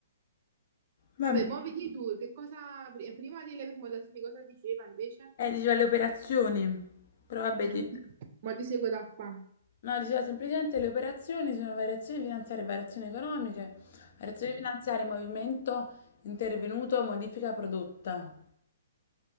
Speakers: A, on the left; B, on the right.
A: Vabbè.
B: Vabbè, muoviti tu, che cosa, pri- eh, prima delle permutazioni cosa diceva invece?
A: Eh, diceva le operazioni. Però vabbè,
B: Eh,
A: dice-
B: ma ti seguo da qua.
A: No, diceva semplicemente le operazioni sono variazioni finanziarie, variazioni economiche, variazioni finanziarie, movimento intervenuto, modifica prodotta.